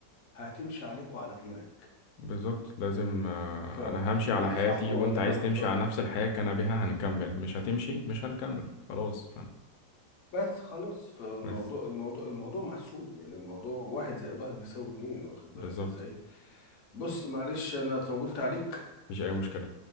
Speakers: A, on the left (about 55°); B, on the left (about 85°).
A: هتمشي عليك وعلى غيرك
B: بالظبط لازم آه،
A: فاهم
B: انا
A: قصدي
B: همشي على
A: ايه صح
B: حياتي
A: ولا
B: وانت عايز
A: انا غلطان
B: تمشي على نفس الحياة كان بها هنكمل مش هتمشي مش هنكمل خلاص ف-
A: بس خلاص فالموضوع
B: بس
A: الموضوع الموضوع محسوم يعني الموضوع واحد زائد واحد بيساوي اتنين واخد
B: بالظبط
A: بالك ازاي بص معلش انا طولت عليك
B: مفيش اي مشكلة